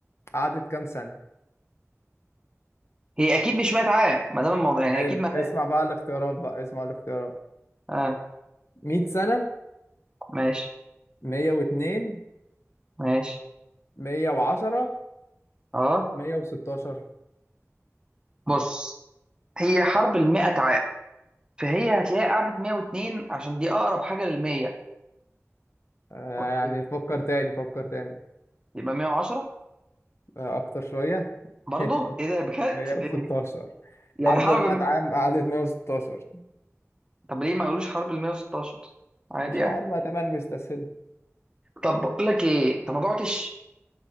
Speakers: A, on the left; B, on the right.
A: قعدت كام سنة؟
B: هي اكيد مش 100 عام ما دام الموضوع يعني
A: حلو
B: اكيد ما
A: اسمع بقى الاختيارات بقى اسمع الاختيارات
B: اه
A: 100 سنة
B: ماشي
A: 102
B: ماشي
A: 110
B: اه
A: 116
B: بص هي حرب ال 100 فهي هتلاقيها قعدت 102 عشان دي اقرب حاجه لل 100
A: آه
B: ولا
A: يعني
B: ايه
A: فكر تاني فكر تاني
B: يبقى 110
A: آه أكتر شوية
B: برضه
A: <laughs>
B: ايه ده بجد
A: 116
B: إيه؟ يعني
A: حرب
B: حرب
A: المئة
B: الم-
A: عام قعدت 116
B: طب ليه ما قالوش حرب ال 116 عادي
A: مش
B: يعني
A: عارف بقى تمام مستسهلة
B: طب بقول لك ايه انت ما جوعتش